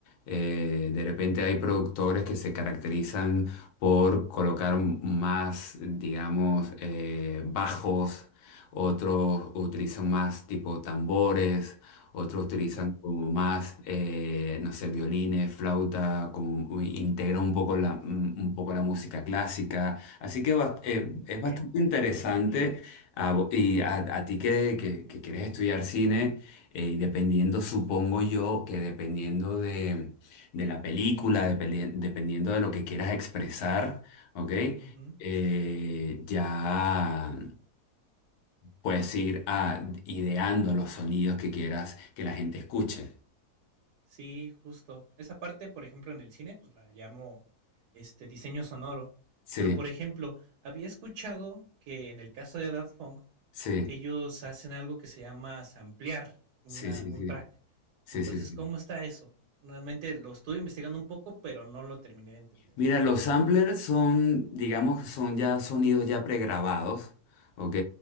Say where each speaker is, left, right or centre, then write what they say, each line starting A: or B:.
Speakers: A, on the left (about 75°); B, on the right (about 80°).
A: Eh, de repente hay productores que se caracterizan por colocar más, digamos, eh, bajos, otros utilizan más tipo tambores otros utilizan
B: Ujú,
A: como más, eh, no sé, violines, flauta, como integra un poco la, mm, un poco la música clásica. Así que bast- eh,
B: Ok.
A: es bastante interesante a vo- y a, a ti que, que, que quieres estudiar cine, eh, y dependiendo, supongo yo, que dependiendo de, de la película, dependi- dependiendo de lo que quieras expresar, ¿ok?
B: ujú.
A: Eh, ya. Puedes ir a ideando los sonidos que quieras que la gente escuche.
B: Sí, justo. Esa parte, por ejemplo, en el cine, pues la llamo este diseño sonoro.
A: Sí,
B: Pero, por ejemplo, había escuchado que en el caso de Daft Punk,
A: sí,
B: ellos hacen algo que se llama samplear una,
A: sí, sí,
B: un
A: sí,
B: track.
A: sí,
B: Entonces,
A: sí, sí.
B: ¿cómo está eso? Realmente lo estuve investigando un poco, pero no lo terminé de entender.
A: Mira, los samplers son, digamos, son ya sonidos ya pregrabados, ¿ok?